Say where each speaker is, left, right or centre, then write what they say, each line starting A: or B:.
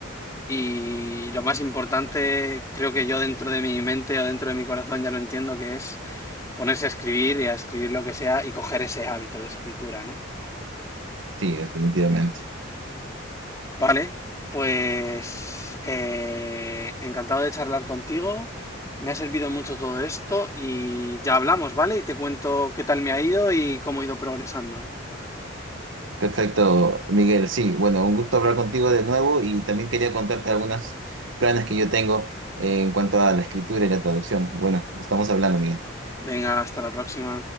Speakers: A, on the left (about 15°); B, on the right (about 75°).
A: y lo más importante, creo que yo dentro de mi mente o dentro de mi corazón ya lo entiendo, que es ponerse a escribir y a escribir lo que sea y coger ese hábito de escritura, ¿no?
B: Sí, definitivamente.
A: Vale, pues eh, encantado de charlar contigo, me ha servido mucho todo esto y ya hablamos, ¿vale? Y te cuento qué tal me ha ido y cómo he ido progresando.
B: Perfecto, Miguel. Sí, bueno, un gusto hablar contigo de nuevo y también quería contarte algunos planes que yo tengo en cuanto a la escritura y la traducción. Bueno, estamos hablando, Miguel.
A: Venga, hasta la próxima.